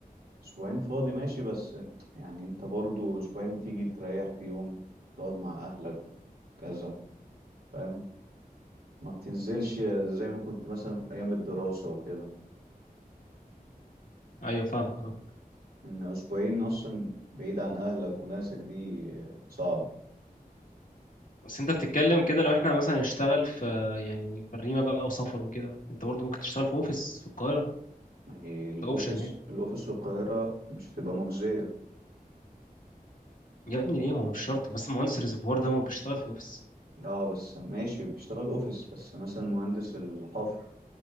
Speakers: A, on the right; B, on the left.
A: أسبوعين فاضي ماشي بس يعني أنت برضو أسبوعين بتيجي تريح في يوم تقعد مع أهلك كذا فاهم ما بتنزلش زي ما كنت مثلا في أيام الدراسة وكده
B: ايوه فاهمك فاهم
A: ان اسبوعين اصلا بعيد عن اهلك وناسك دي صعبة
B: بس انت بتتكلم كده لو احنا مثلا نشتغل في يعني بريمه بقى او سفر وكده انت برضه ممكن تشتغل في اوفيس في القاهره
A: ما هي الاوفيس
B: ده اوبشن يعني
A: الاوفيس في القاهرة مش هتبقى مجزية
B: يا ابني ليه ما هو مش شرط بس مهندس الريزرفوار ده ما بيشتغل في الاوفيس
A: اه بس ماشي بيشتغل اوفيس بس مثلا مهندس الحفر